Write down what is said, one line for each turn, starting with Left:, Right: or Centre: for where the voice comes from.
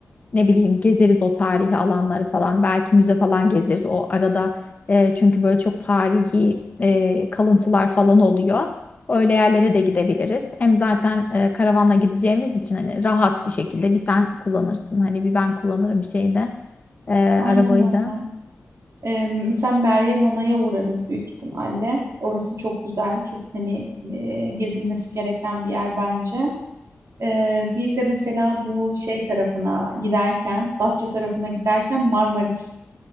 Left: ne bileyim gezeriz o tarihi alanları falan. Belki müze falan gezeriz o arada. E, çünkü böyle çok tarihi e, kalıntılar falan oluyor. Öyle yerlere de gidebiliriz. Hem zaten e, karavanla gideceğimiz için hani rahat bir şekilde bir sen kullanırsın. Hani bir ben kullanırım şeyde e,
Right: Aynen
Left: arabayı
Right: öyle.
Left: da.
Right: Ee, mesela Meryem Ana'ya uğrarız büyük ihtimalle. Orası çok güzel, çok hani e, gezilmesi gereken bir yer bence. Ee, bir de mesela bu şey tarafına giderken, Datça tarafına giderken Marmaris,